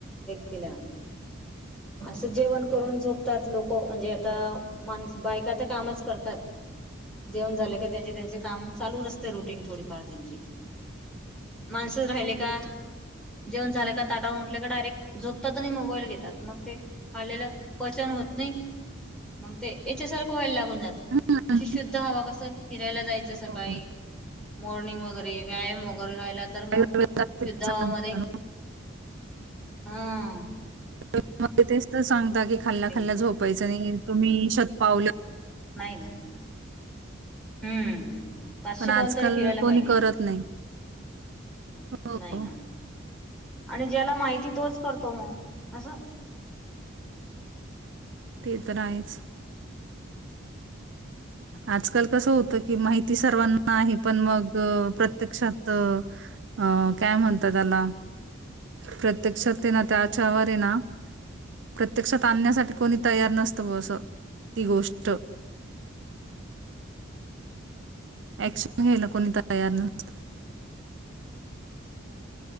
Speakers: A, in the centre; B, on the right (about 65°).
A: तिला. आसं जेवण- करून झोपतात लोकं म्हणजे आता माणस बायका तर कामच करतात जेवण झालं का त्यांचे त्यांचे काम चालू असते रुटीन थोडीफार त्यांची माणस राहिले का जेवण झालं का ताटावरून उटले का डायरेक झोपतात आणि मोबाईल घेतात. मग ते काडलेलं. पचन होत नई मंग ते येच्यासारकं व्हाय लाग. हून जात
B: हं,
A: तशी शुद त हवा कसं फिरायला जायचं सकाळी.
B: हो.
A: मॉर्निंग वगेरे व्यायाम वग घरी राहिला तर मग
B: आयुर्वेदात
A: शुद्ध हवा
B: सांगता
A: मधे -
B: ना.
A: हम्म!
B: मग ते तेच तर सांगता की खाल्ल्या-खाल्ल्या
A: मला
B: झोपायचं नाइये. तुम्ही शतपावलं.
A: नाई ना. हम्म. पाचशे
B: पण
A: पाऊल
B: आजकाल
A: तरी फिरायला
B: कोणी
A: पाहिजे
B: करत नाइ. हो
A: नाही ना
B: ओ.
A: आणि ज्याला माहिती तोच करतो म. असं!
B: ते तर आहेच. आजकाल कसं होतं की माहिती सर्वांना आहे पण मग प्रत्यक्षात अ अ काय म्हणता त्याला. प्रत्यक्षाते ना त्याच्या वरे ना प्रत्यक्षात आणण्यासाठी कोणी तयार नसतं बॉ असं, ती गोष्ट. ॲक्शन घ्यायला कोणी तयार न <unintelligible>